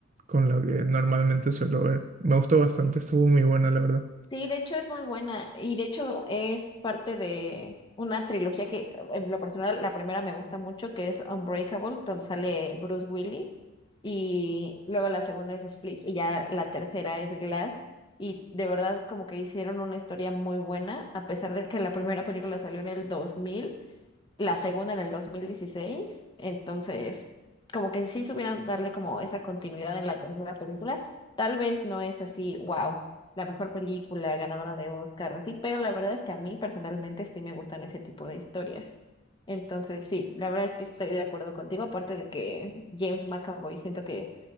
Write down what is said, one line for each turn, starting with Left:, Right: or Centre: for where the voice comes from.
Right: con lo que normalmente suelo ver. Me gustó bastante, estuvo muy buena, la verdad.
Left: sí, de hecho es muy buena y de hecho es parte de una trilogía que en lo personal la primera me gusta mucho, que es Unbreakable, donde sale Bruce Willis y luego la segunda es Split y ya la tercera es Glass y de verdad como que hicieron una historia muy buena, a pesar de que la primera película salió en el 2000. la segunda en el 2016 entonces como que sí supieran darle como esa continuidad en la tercera película, tal vez no es así, wow, la mejor película ganadora de Oscar o así, pero la verdad es que a mí personalmente sí me gustan ese tipo de historias. Entonces sí, la verdad es que estoy de acuerdo contigo, aparte de que James McAvoy siento que